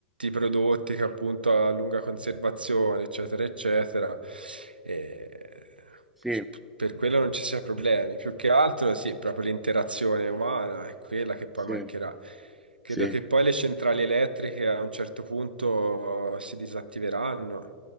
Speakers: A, on the right; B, in the centre.
A: i prodotti che appunto a lunga conservazione, eccetera, eccetera, eh,
B: sì,
A: per quello non ci sia problemi. Più che altro, sì, proprio l'interazione umana è quella che poi
B: sì,
A: mancherà. Credo
B: sì,
A: che poi le centrali elettriche a un certo punto eh, si disattiveranno.